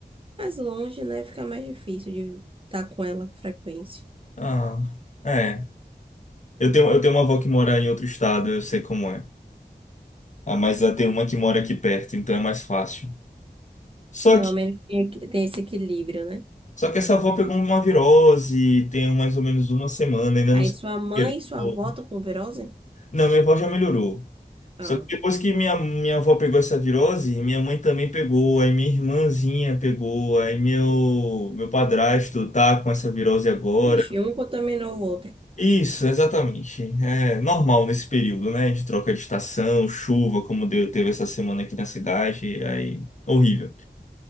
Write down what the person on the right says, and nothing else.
mais longe, né? Fica mais difícil de estar com ela com frequência.
Pelo
menos tem, tem esse equilíbrio, né?
Aí
sua mãe e sua
avó
estão com virose?
Ah,
ixi, um contaminou o outro.